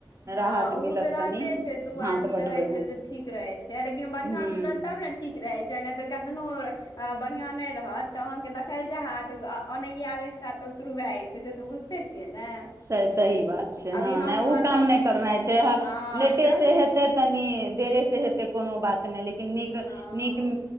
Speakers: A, on the left; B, on the right.
A: हँ
B: राहत
A: उ
B: मिलत
A: तऽ रहते
B: तनि
A: छै, दू
B: हाथ
A: आदमी
B: बँटबैमे
A: रहै छै तऽ ठीक रहै छै, लेकिन बढ़िआँ
B: हूँ
A: मिलत तब ने ठीक रहै छै नै तऽ कतनो बढ़िआं नै रहत तऽ अहाँकेँ दखेल चाहत ओनहिहिय, आब एक साथ तब शुरू भए जाइ छै, से तऽ बुझिते छियै ने?
B: स सही बात छै, हँ
A: अभी हम
B: नहि ओ काम
A: तऽ
B: नहि करनाइ छै,
A: हँ
B: लेटे
A: तब
B: से हेतै हतै तनी देरे से हेतै, कोनो बात नहि, लेकिन नीक,
A: हँ
B: नीक